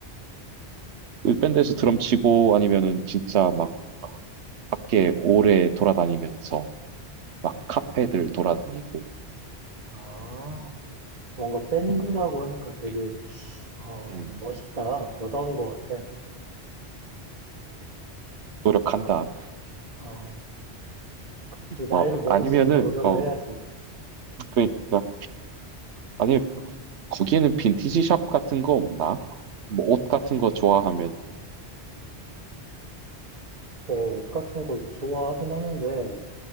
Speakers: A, on the right; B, on the right.
A: 그 밴드에서 드럼 치고 아니면은 진짜 막 밖에 오래 돌아다니면서 막 카페들 돌아다니고
B: 아, 뭔가 밴드라고 하니까 되게
A: 음,
B: 어,
A: 음,
B: 멋있다. 너다운 것 같아.
A: 노력한다.
B: 어, 그치. 나이를
A: 어,
B: 먹을수록
A: 아니면은
B: 노력을
A: 어
B: 해야지.
A: 그러니까 아니 거기에는 빈티지 샵 같은 거 없나? 뭐 옷 같은 거 좋아하면
B: 네, 옷 같은 걸 좋아하긴 하는데,